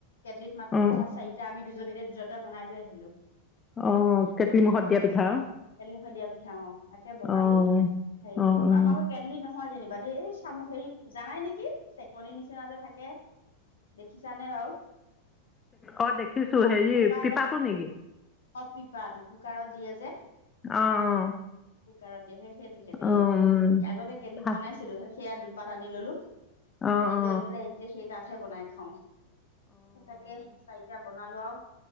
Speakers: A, on the left; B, on the left.
A: কেটলিত মাত্ৰ
B: অ
A: পিঠা চাৰিটা আমি দু দুজনীৰে দুটা দুটা বনাই লৈ আহিলো।
B: অ কেটলি
A: ফটাফট
B: মুখত দিয়া পিঠা।
A: কেলিমুখত দিয়া পিঠা অ তাকে বনালো
B: অ
A: হেৰি
B: অ
A: হৈ
B: অ
A: আমাৰ কেটলি নহয় হয় যেনিবা দেই এই চামু হেৰি জানাই নেকি চেকনিৰ নিচিনা যে থাকে। দেখিছানে বাৰু
B: অ দেখিছো হেৰি
A: কুকাৰত।
B: পিপাটো নেকি
A: অ পিপাটো কুকাৰত দিয়ে যে।
B: অ অ
A: কুকাৰত দিয়ে সেইটটোহে দেই
B: অ উম
A: আগতে কেটলিত
B: ভা-
A: বনাইছিলো সেয়া দুপাত আনি ললো।
B: অ
A: আনি
B: অ
A: লৈ পেলাই এতিয়া সেই তাতহে বনাই খাও সেই তাকে চাৰিটা বনালো আৰু।